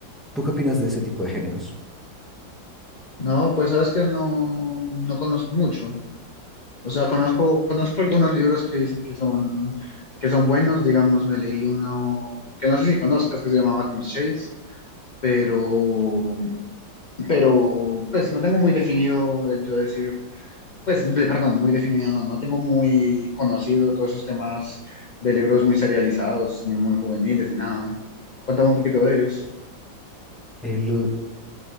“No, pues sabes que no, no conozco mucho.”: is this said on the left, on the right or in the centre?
Left